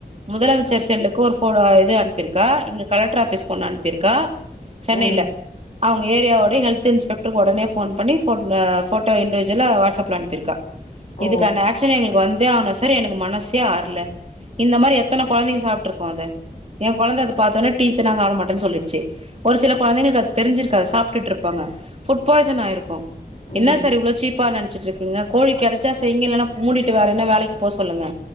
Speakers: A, on the right; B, on the left.
A: முதலமைச்சர் செல்லுக்கு ஒரு போ இது அனுப்பிருக்கா இங்க கலெக்டர் ஆபீஸ்க்கு ஒன்னு அனுப்பிருக்கா சென்னையில
B: ம்
A: அவுங்க ஏரியாவோட ஹல்த் இன்ஸ்பெக்ட்ருக்கு உடனே ஃபோன் பண்ணி போட்டோ இன்டிவிஜுவல்லா வாட்ஸ் ஆப்ல அனுப்பிருக்கா இதுக்கான
B: ஓ
A: ஆக்ஷன எங்களுக்கு வந் தே ஆனும் சார் எனக்கு மனசே ஆர்ல இந்த மாரி எத்தன கொழந்தைங்க சாப்ட்ருக்கு அது என் கொழந்த அத பாத்தோன டீத்து நா சாப்ட மாட்டேன்னு சொல்லிச்சி ஒரு சில கொழந்தங்களுக்கு அது தெரிஞ்சிருக்காது சாப்ட்டுட்டு இருப்பாங்க புட் பாய்சன் ஆயிருக்கு
B: ம்
A: என்னா சார் இவ்லோச்சீப்பா ச்சுட்ருக்கீங்க கோழி கெடச்சா செய்ங்க இல்லனா மூடிட்டு வேறென்னா வேலைக்கு போ சொல்லுங்க